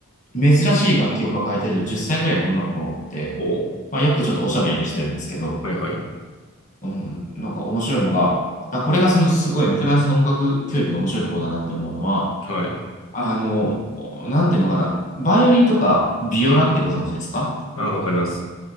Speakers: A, on the left (about 35°); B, on the left (about 70°).
A: 珍しい楽器を抱えてる10歳くらいの女の子って、
B: おう
A: まあよくちょっとおしゃべりしてるんですけど、
B: はいはい。
A: うん、なんか面白いのが、あ、これがそのすごいね、フランスの音楽教育の面白いところだなって思うのは、
B: はい。
A: あの、なんていうのかな。バイオリンとかビオラってご存知ですか
B: あ、わかります。